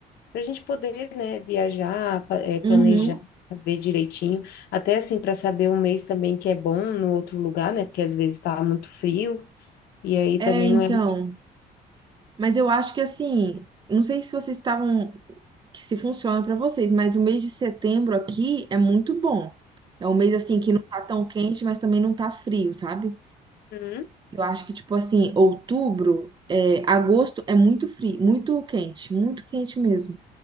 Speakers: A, on the left; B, on the right.
A: para a gente poder, né, viajar, fa- eh, planejar,
B: Uhum.
A: ver direitinho, até assim para saber um mês também que é bom no outro lugar, né, porque às vezes está muito frio e aí
B: É,
A: também
B: então.
A: não é.
B: Mas eu acho que assim, não sei se vocês estavam, que se funciona para vocês, mas o mês de setembro aqui é muito bom. É um mês assim que não tá tão quente, mas também não tá frio, sabe?
A: Uhum.
B: Eu acho que tipo assim, outubro, é, agosto é muito frio, muito quente, muito quente mesmo.